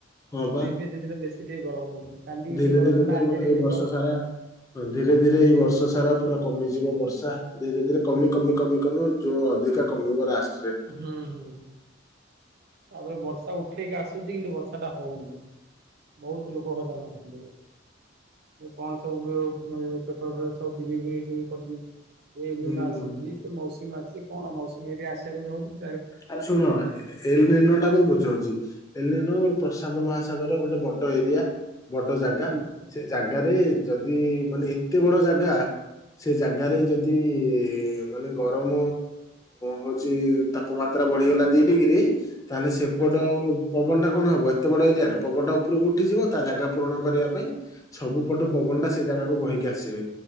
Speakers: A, on the left; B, on the right.
A: ହଁ ବା
B: ଦିଦି ଦି ଦିନି ବେଶୀ ଟିକେ ଗରମ ହଉଚି, କାଲି ଟିକେ
A: ଧୀରେ
B: ଗରମ
A: ଧୀରେ
B: ଥିଲା
A: ତ ଏଇ
B: ଆଜି
A: ବ-
B: ଏଠି
A: ଏଇ ବର୍ଷ
B: ତ
A: ସାରା ହଁ ଧୀରେ ଧୀରେ ଏଇ ବର୍ଷ ସାରା ପୁରା କମିଯିବ ବର୍ଷା। ଧୀରେ ଧୀରେ କମି କମି କମି ଯୋଉ ଅଧିକା କମିବ ରାସ୍
B: ହୁଁ ହୁଁ। ତାପରେ ବର୍ଷା ଉଠେଇକି ଆସୁଚି କିନ୍ତୁ ବର୍ଷା ଟା ହଉନି। ବହୁତ ଲୋକ ହଇରାଣ ହଉଥିଲେ। ଯୋଉ କଣ ସବୁ <unintelligible> ଏଇ ଦିନ
A: ହୁଁ
B: ଆସୁଚି ସେ ମୌସୁମୀ ଆସୁଚି କଣ ମୌସୁମୀ ହରିକା ଆସିବାକୁ ଦବନି।
A: ଆରେ ଶୁଣ ଏଲ୍ ଲାଇନର୍ ଟା ମୁଁ ବୁଝଉଚି ଏଲ୍ ଲା ଗୋ ପ୍ରଶାନ୍ତ ମହାସାଗର ଗୋଟେ ବଡ ଏରିଆ। ବଡ ଜାଗା
B: ହୁଁ
A: ସେ ଜାଗାରେ
B: ହୁଁ
A: ଯଦି ମାନେ ଏତେ ବଡ ଜାଗା ସେ ଜାଗାରେ
B: ହୁଁ
A: ଯଦି ମାନେ ଗରମ ହଉଚି ତା ପମାତ୍ରା ବଢିଗଲା ଦି ଡିଗ୍ରୀ ତାହେଲେ ସେପଟ
B: ଆଚ୍ଛା
A: ପବନ ଟା କଣ ହବ? ଆ ଏତେ ବଡ ଏରିଆରେ ପବନଟା ଉପରକୁ ଉଠି ଯିବ। ତା ଜାଗା ପୂରଣ କରିବା ପାଇଁ ସବୁ ପଟୁ ପବନ
B: ହୁଁ
A: ଟା ସେ ଜାଗାକୁ ବହିକି ଆସିବେ।